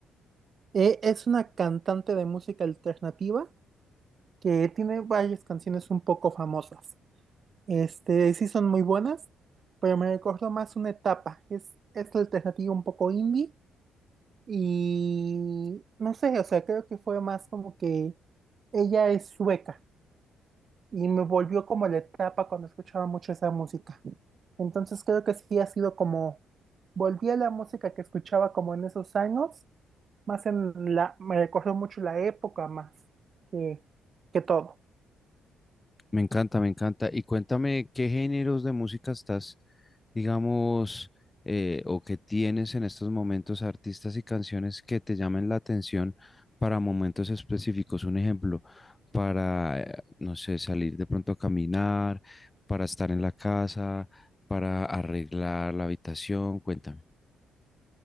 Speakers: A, on the right; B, on the left.
A: Eh, es una cantante de música alternativa que tiene varias canciones un poco famosas. Este, sí son muy buenas, pero me recuerdo más una etapa. Es, es alternativa un poco indie Y no sé, o sea, creo que fue más como que ella es sueca y me volvió como la etapa cuando escuchaba mucho esa música. Entonces creo que sí ha sido como, volví a la música que escuchaba como en esos años, más en la, me recordó mucho la época más que, que todo.
B: Me encanta, me encanta. Y cuéntame qué géneros de música estás, digamos, eh, o que tienes en estos momentos artistas y canciones que te llamen la atención para momentos específicos. Un ejemplo, para, eh, no sé, salir de pronto a caminar, para estar en la casa, para arreglar la habitación. Cuéntame.